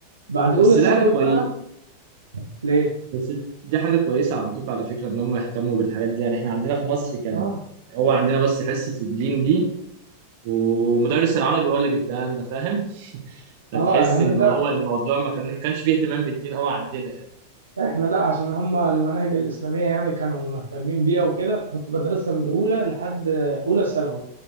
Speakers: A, on the right; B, on the right.
A: بعد أولى
B: بس
A: ثانوي
B: ده حاجة كويسة
A: بقى ليه؟
B: بس دي حاجة كويسة عندكم على فكرة ان هم يهتموا بالحاجات دي يعني احنا عندنا في مصر كان
A: آه
B: هو عندنا بس حصة الدين دي ومدرس العربي هو اللي بيديها لنا فاهم؟ فتحس
A: آه إحنا
B: ان
A: لا
B: هو الموضوع ما كان- كانش فيه اهتمام بالدين قوي عندنا يعني
A: إحنا لا عشان هما المناهج الإسلامية يعني كانوا مهتمين بيها وكده فكنت بدرسها من أولى لحد أولى ثانوي